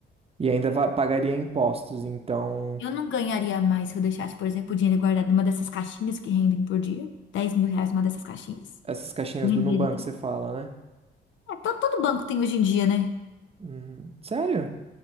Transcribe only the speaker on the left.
Eu não ganharia mais se eu deixasse, por exemplo, o dinheiro guardado numa dessas caixinhas que rendem por dia. dez mil reais numa dessas caixinhas.
Renderia.
É, todo, todo banco tem hoje em dia, né?